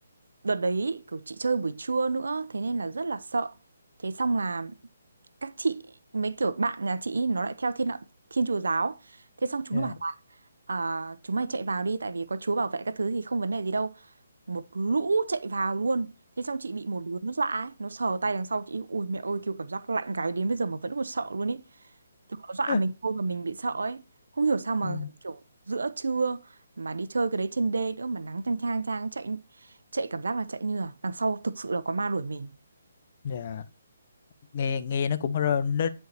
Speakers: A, on the right; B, on the left.
A: đợt đấy kiểu chị chơi buổi trưa nữa thế nên là rất là sợ thế xong là các chị mấy kiểu bạn nhà chị ý, nó lại theo thiên đạo thiên chúa giáo thế xong chúng
B: dạ
A: nó bảo là à, chúng mày chạy vào đi tại vì có chúa bảo vệ các thứ thì không vấn đề gì đâu một lũ chạy vào luôn thế xong chị bị một đứa nó dọa ấy nó sờ tay đằng sau chị ui mẹ ơi kiểu cảm giác lạnh gáy đến bây giờ mà vẫn còn sợ luôn ấy kiểu nó dọa
B: <laughs>
A: mình thôi mà mình bị sợ ấy không hiểu sao mà
B: Ừ.
A: kiểu giữa trưa mà đi chơi cái đấy trên đê nữa mà nắng chang chang chang chạy chạy cảm giác là chạy như là đằng sau thực sự là có ma đuổi mình
B: dạ nghe nghe nó cũng rơ- nó,